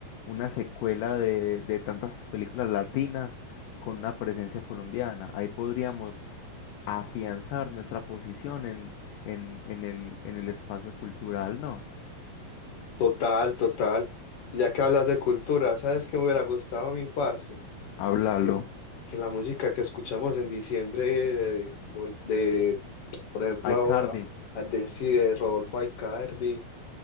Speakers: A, on the left; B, on the left.
A: una secuela de, de tantas películas latinas con una presencia colombiana. Ahí podríamos afianzar nuestra posición en, en, en el, en el espacio cultural, ¿no?
B: Total, total. Y ya que hablas de cultura, ¿sabes qué me hubiera gustado a mi parce?
A: Háblalo.
B: Que, que la música que escuchamos en diciembre de, de, de, por ejemplo,
A: Ay, Cardi,
B: a- a- de, sí, de Rodolfo Aicardi,